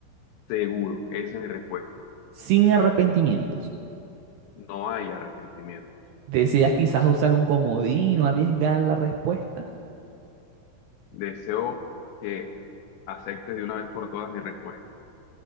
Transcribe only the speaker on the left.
Seguro, esa es mi respuesta.
No hay arrepentimientos.
Deseo que aceptes de una vez por todas mi respuesta.